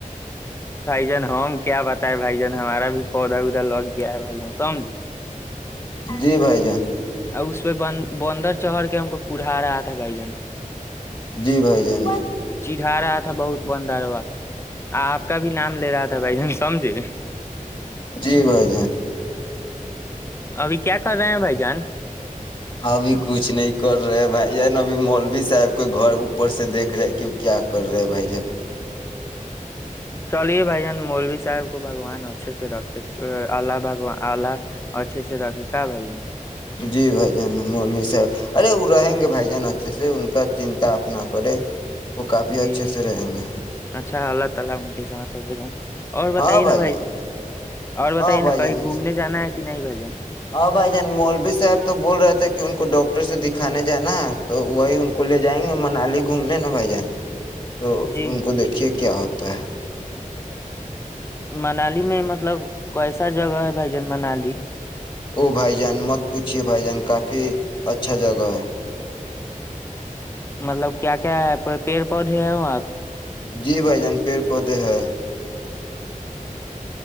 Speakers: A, on the left; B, on the left.
A: ج ہم کیا بتائے بھائی جان ہمارا بھی پودا اوددا لگ گیا ہے بھائی جان سمجھے
B: جی بھائی جان <unintelligible>
A: اور اس پہ ب بندر چڑھ کے ہم کو کڑھا رہا تھا بھائی جان
B: جی بھائی جین
A: چڑھا رہا تھا بہت بندروا آپ کا بھی نام لے رہا تھا بھائی جن سمجھے
B: جی بھائی جان
A: ابھی کیا کر رہے ہیں بھائی جان
B: ابھی کچھ نہیں کر رہے بھائی جا ن ابھی مولوی صاحب کے گھر اوپر سے دیکھ رہے کہ وہ کیا کر رہے ہے بھائی جان
A: چلیے بائی جان مولوی صاب کو بگوان ہو اچھے سے رکھے اللہ بھگوان الہ اچھے سے رکھے کا بھائی <unintelligible>
B: جی بھ جان مولوی صاحب ارے وہ رہیں گے بھ جان اچھے سے ان کا چنتا اپنا کرے
A: <inaudible>
B: وہ کافی اچھے سے رہیں گے
A: اور
B: ہاں
A: بتائیے نا
B: بھائی جان
A: اور
B: ہاں
A: بتائیے نا
B: بھائی
A: کہیں
B: جان
A: گھومنے جانا ہے کہ نہیں بھائی جان
B: ہاں بھائی جان مولوی صاحب تو بول رہے تھے کہ ان کو ڈاکٹر سے دکھانے جانا ہے تو وہی ان کو لے جائیں گے منالی گھومنے نہا بھائی جان تو
A: جی
B: ان کو دیکھیے کیا ہوتا تا
A: منالی میں مطلب کوسا جگہ ہے بھائی جن منالی
B: او بھائی جان مت پوچھیے بھائی جان کافی اچھا جگہ ہے
A: مطلب کیا کیا ہے پیڑ پودھے ہیں وہ آپ
B: جی بھائی جان پیڑ پودے ہیں